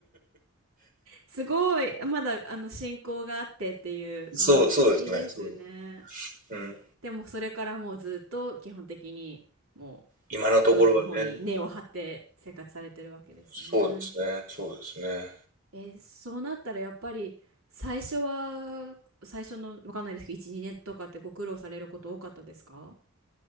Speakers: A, on the right; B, on the right.
A: すごい。まだあの進行があってっていう、
B: そう、
A: わあ、
B: そうですね。
A: 素敵ですね。
B: そうです。うん。
A: でもそれからもうずっと基本的にも
B: 今のところはね、
A: うドイツの方に根を張って生活されてるわけですね。
B: そうですね。そうですね。
A: え、そうなったらやっぱり最初は、最初のわかんないですけど、1、2年とかってご苦労されること多かったですか